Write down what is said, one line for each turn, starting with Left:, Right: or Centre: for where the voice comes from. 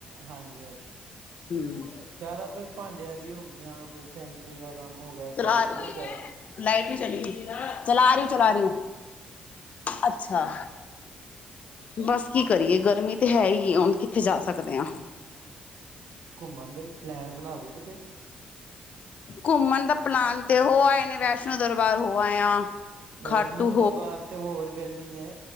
Right: ਹਾਂਜੀ, ਹਾਂਜੀ
Left: ਹੂੰ।
Right: ਜ਼ਿਆਦਾ ਤਰ ਭਾਂਡਿਆਂ ਦੀ ਹੋਗਿਆਂ ਕੋਈ ਸੈਂਟ, ਫੈਕਟਰੀ ਦਾ ਕੰਮ ਹੋ ਗਿਆ ਏਦਾਂ
Left: ਚਲਾ
Right: ਦੇ ਬਹੁਤ ਜ਼ਿਆਦਾ,
Left: ਲਾਈਟ ਵੀ ਚਲੀ ਗਈ, ਚਲਾ ਰੀ, ਚਲਾ ਰੀ ਊ, ਅੱਛਾ। ਬਸ ਕੀ ਕਰੀਏ ਗਰਮੀ ਤੇ ਹੈ ਈ ਐ, ਹੁਣ ਕਿੱਥੇ ਜਾ ਸਕਦੇ ਆ।
Right: ਘੁੰਮਣ ਦਾ ਹੀ ਪਲੈਨ ਬਣਾ ਲਓ ਕਿਤੇ,
Left: ਘੁੰਮਣ ਦਾ ਪਲਾਨ ਤੇ ਓ ਆਏ ਨੇ ਵੈਸ਼ਨੋ ਦਰਬਾਰ ਹੋ ਆਏ ਆ।
Right: ਵੈਸ਼ਨੋ
Left: ਖਾਟੂ
Right: ਦਰਬਾਰ ਤੇ ਹੋਰ ਗਰਮੀ ਐ।